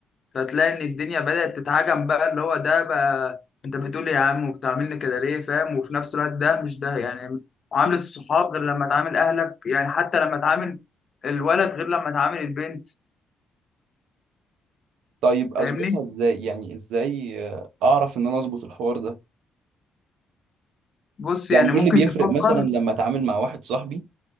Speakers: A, on the left; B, on the right.
A: فتلاقي ان الدنيا بدأت تتعجم بقى اللي هو ده بقى انت بتقول لي يا عم وبتعاملني كده ليه فاهم وفي نفس الوقت ده مش ده يعني معاملة الصحاب غير لما تعامل اهلك يعني حتى لما تعامل الولد غير لما تعامل البنت
B: طيب أظبطها
A: فاهمني
B: إزاي يعني إزاي آه، أعرف إن أنا أظبط الحوار ده
A: بص
B: يعني
A: يعني ممكن
B: إيه اللي بيفرق
A: تفكر
B: مثلا لما أتعامل مع واحد صاحبي